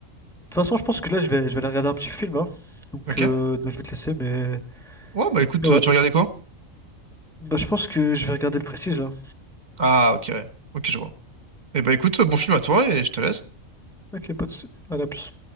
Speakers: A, in the centre; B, on the right.
A: toute façon, je pense que là, je vais, je vais aller regarder un petit film, hein. Donc,
B: Ok.
A: euh, donc, je vais te laisser, mais...
B: Ouais, bah écoute,
A: mais ouais.
B: euh, tu regardais quoi?
A: Bah, je pense que je vais regarder le prestige, là.
B: Ah, ok. ouais. Ok, je vois. Et bah écoute, euh, bon film à toi et je te laisse.
A: Ok, pas de soucis. Allez, à plus.